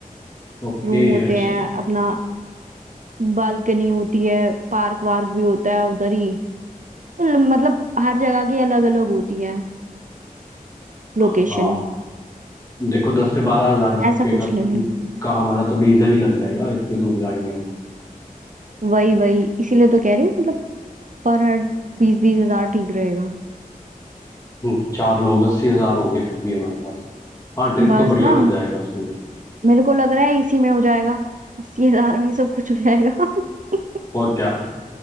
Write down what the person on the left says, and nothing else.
ओके
अच्छा
हाँ देखो दस से बारह हजार रुपये
का
तो
का हमारा तो डीजल ही लग जाएगा इतनी दूर जाएंगे हम
हम्म, चार लोग अस्सी हजार होंगे फिर भी हमारे पास हाँ ट्रिप
तो बढ़िया
बन जाएगा उसमें
और क्या